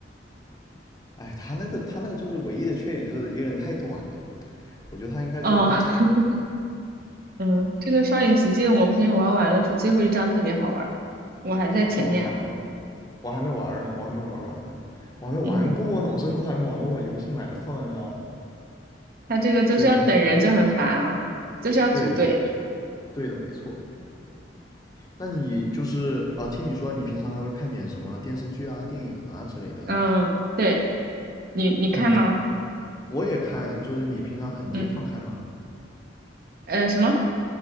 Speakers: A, on the left; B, on the right.
A: 哎，他那个他那个就是唯一的缺点就是有点太短了，我觉得他应该做的再长一点。
B: 啊，<laughs> 嗯，这个双影奇境我朋友玩完了，说最后一张特别好玩儿我还在前面。
A: 是吗？我还我我还没玩儿呢，我还没玩儿完呢，我还没玩过呢，
B: 嗯，
A: 我甚至都还没玩过。我游戏买了放在那，
B: 他这个就是要等人就很烦啊，
A: 就是已经成为一个库存。
B: 就是要组队。
A: 对的，没对的，没错。那你就是呃，听你说你平常还会看点什么电视剧啊、电影啊之类的，
B: 嗯，对，你你看吗？
A: 很我也看，就是你平常很经常看吗？
B: 嗯，呃，什么？